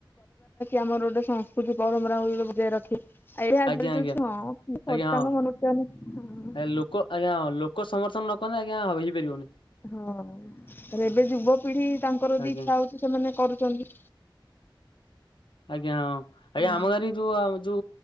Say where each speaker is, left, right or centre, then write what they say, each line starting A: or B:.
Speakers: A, on the left; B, on the left.
A: ଆମର ଗୋଟେ ସଂସ୍କୃତି ପରମ୍ପରା ବୋଲି ବଜାଇ ରଖିବା। ଏଇରେ ଆଜି
B: ଆଜ୍ଞା
A: କାଲି ଯୋଉ
B: ଆଜ୍ଞା
A: ଛୁଆଁ କିଏ
B: ଆଜ୍ଞା
A: କରୁ
B: ହଁ
A: ତାଙ୍କ ମନ ରଖତେ ହେଲେ ହଁ। <unintelligible>
B: ଏ ଲୋକ ଆଜ୍ଞା ହଁ ଲୋକ ସମର୍ଥନ ନ କଲେ ଆଜ୍ଞା ହେଇପାରିବନି।
A: ହଁ ତାହେଲେ ଏବେ ଯୁବପିଢି ତାଙ୍କର
B: ଆଜ୍ଞା
A: ବି ଇଚ୍ଛା ହଉଛି ସେମାନେ କରୁଚ୍ଛନ୍ତି।
B: ଆଜ୍ଞା ହଁ ଆଜ୍ଞା
A: ହୁଁ।
B: ଆମ ଗାଁରେ ଯୁ ଆମେ ଯୁ